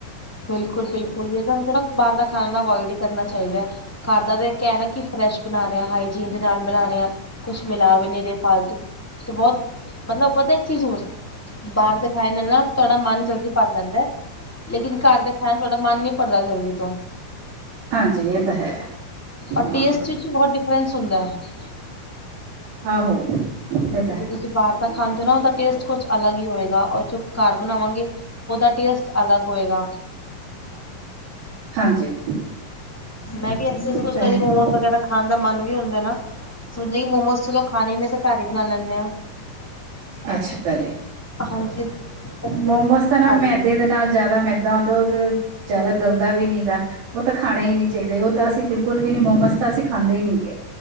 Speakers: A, in the centre; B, on the right.
A: ਬਿਲਕੁਲ ਬਿਲਕੁਲ ਜਿਦਾ ਹੁੰਦਾ ਨਾ ਬਾਹਰ ਦਾ ਖਾਣਾ ਅਵੋਇਡ ਹੀ ਕਰਨਾ ਚਾਹੀਦਾ ਹੈ। ਘਰ ਦਾ ਤਾਂ ਇੱਕ ਹੈ ਨਾ ਕਿ ਫਰੈਸ਼ ਬਣਾ ਰਿਹਾ ਹਾਈਜੀਨ ਦੇ ਨਾਲ ਬਣਾ ਰਿਹਾ ਕੁਛ ਮਿਲਾ ਵੀ ਨਹੀਂ ਰ ਫਾਲਤੂ ਤੇ ਬਹੁਤ ਮਤਲਬ ਪਤਾ ਕੀ ਬਾਹਰ ਦਿਖਾਣ ਨਾਲ ਨਾ ਤੁਹਾਡਾ ਮਨ ਜਲਦੀ ਭਰ ਜਾਂਦਾ ਲੇਕਿਨ ਘਰ ਦੇ ਖਾਨਾ ਥੋੜ੍ਹਾ ਮਨ ਨੀ ਪੜਦਾ ਜਲਦੀ ਤੋਂ
B: ਹਾਂਜੀ ਇਹ ਤਾਂ ਹੈ।
A: ਔਰ
B: ਹਾਂ
A: ਟੇਸਟ ਵਿਚ ਬਹੁਤ ਡਿਫਰੈਂਸ ਹੁੰਦਾ ਹੈ
B: ਆਹੋ ਇਹ ਤਾਂ
A: ਜ
B: ਹੈ
A: ਤੁਸੀਂ ਬਾਹਰ ਦਾ ਖਾਂਦੇ ਹੋ ਨਾ ਉਹਦਾ ਟੇਸਟ ਕੁਛ ਅਲੱਗ ਹੀ ਹੋਏਗਾ ਔਰ ਘਰ ਬਣਾਵਾਂਗੇ ਉਹਦਾ ਟੇਸਟ ਅਲੱਗ ਹੋਏਗਾ
B: ਹਾਂਜੀ
A: ਮੈਂ ਵੀ ਇਥੇ ਕੁਛ
B: ਤਾਂ
A: ਕਦੀ
B: ਹੈ
A: ਮੋਮੋਜ਼ ਵਗੈਰਾ ਖਾਣ ਦਾ ਮਨ ਵੀ ਹੁੰਦਾ ਨਾ ਸਮਝੋ ਕਿ ਮੋਮੋਸ ਚਲੋ ਖਾਣੇ ਹੀ ਨੇ ਤੇ ਘਰ ਹੀ ਬਣਾ ਲੈਂਦੇ ਹਾਂ।
B: ਅੱਛਾ ਜੀ
A: ਹਾਂਜੀ ਅਸੀਂ ਘਰ ਹੀ
B: ਮੋਮੋਸ
A: ਬਣਾ
B: ਤਾਂ ਨਾ
A: ਲੈਂਦੇ
B: ਮੈਦੇ
A: ਹਾਂ।
B: ਦੇ ਨਾਲ ਜ਼ਿਆਦਾ ਮੈਦਾਂ ਹੁੰਦਾ ਉਹ ਤੇ ਜ਼ਿਆਦਾ ਗਲਦਾ ਵੀ ਨੀਗਾ ਉਹ ਤਾਂ ਖਾਣੇ ਹੀ ਨਹੀਂ ਚਾਹੀਦੇ ਉਹ ਤਾਂ ਅਸੀਂ ਬਿਲਕੁਲ ਵੀ ਨ ਮੋਮੋਸ ਤਾਂ ਅਸੀਂ ਖਾਂਦੇ ਹੀ ਨਹੀਂ ਗਏ